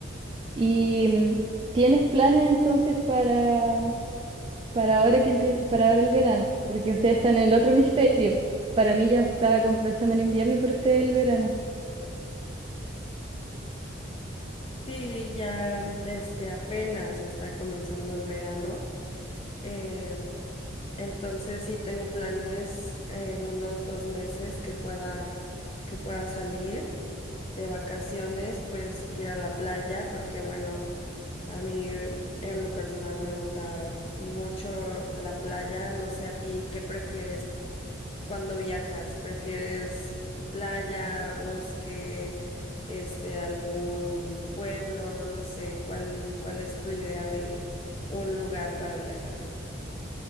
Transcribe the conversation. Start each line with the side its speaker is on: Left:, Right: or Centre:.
Right: ¿Y mm, tienes planes entonces para, para ahora que empie- para ahora el verano? Porque ustedes están en el otro <laughs> hemisferio. Para mí ya está comenzando el invierno, pero ustedes el verano.
Left: Sí, ya este apenas está comenzando el verano. eh, Entonces sí tengo planes en unos dos meses que pueda, que pueda salir de vacaciones, pues ir a la playa, porque bueno, a mí en lo personal me gusta mucho la playa. No sé a ti, ¿qué prefieres cuando viajas? ¿Prefieres playa, bosque, este, algún pueblo? No sé, ¿cuál, cuál es tu idea de un lugar para viajar?